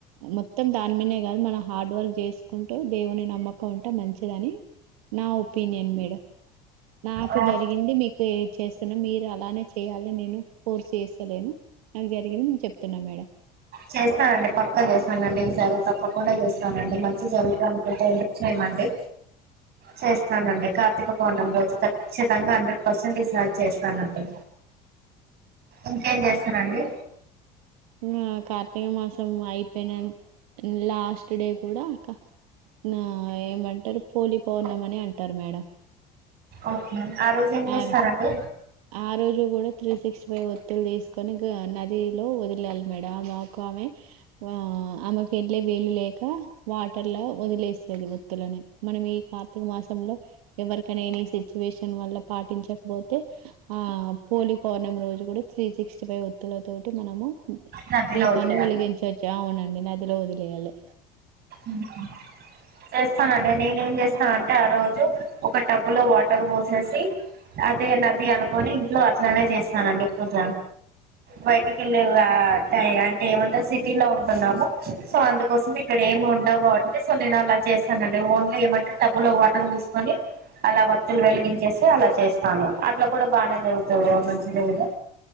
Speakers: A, on the right; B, on the right.
A: మొత్తం దాన్మినే కాదు మేడం హార్డ్ వర్క్ చేసుకుంటూ దేవుని నమ్మకం ఉంటే మంచిదని నా ఒపినియన్ మేడం నాకు
B: ఆ,
A: జరిగింది మీకు ఏ చేస్తున్నా మీరు అలానే చేయ్యాలి నేను ఫోర్స్ చేస్తలేను నాకు జరిగింది మీక్ చెప్తున్నా మేడం
B: చేస్తానండి పక్క చేస్తానండి ఈ సారి తప్పకుండా చేస్తానండి మంచి జరగతుదంటే ఎందుకు చేయ్మండి చేస్తానండి కార్తీక పూర్ణమి రోజు ఖచ్చితంగా హండ్రెడ్ పర్సెంట్ ఇస్తా చేస్తానండి ఇంకేం చేస్తారండి
A: హ్మ్ కార్తిక మాసం అయిపోన లాస్ట్ లాస్ట్ డే కూడా నా ఏమంటారు కూలిపోన్నామే అంటారు మేడం
B: ఓకే ఆ రోజు ఎంస్తారు
A: ఆరు
B: అండి
A: ఆ రోజు కూడా త్రీ సిక్స్ ఫైవ్ ఒత్తిలు తీసుకొని నదిలో వదిలాలి మేడం మాక్ ఆమె ఆ ఆమెకు వెళ్ళే వీలు లేక వాటర్ల వదిలేస్తది ఒత్తులని మనం ఈ కార్తీక మాసంలో ఎవరికనేని సిచ్యువేషన్ వల్ల పాటించకపోతే ఆ పోలి పౌర్ణమి రోజు కూడా త్రీ సిక్స్టీ ఫైవ్ ఒత్తుల తోటి మనము
B: నదిలో
A: దీపాన్ని
B: వదిలేయాలి
A: వెలిగించొచ్చు అవునండి నదిలో వదిలేయాలి
B: మ్మ్ హ్ చేస్తానండి నేను ఏం చేస్తాను అంటే ఆ రోజు ఒక టబ్బు లో వాటర్ పోసేసి అదే నది అనుకొని ఇంట్లో అట్లనే చేస్తానండి పూజ బయటికి
A: ఆ
B: వెళ్ళే వా టై అంటే ఏమంటారు సిటీలో ఉంటున్నాము సో అందుకోసం ఇక్కడ ఏం ఉండవు కాబట్టి సో నేను అలా చేస్తానండి ఓన్లీ ఏమంటే టబ్బులో వాటర్ పోసుకొని అలా వత్తులు వెలిగించేసి అలా చేస్తాను అట్లా కూడా బానే దేవుని తోడుగా మంచిదేలా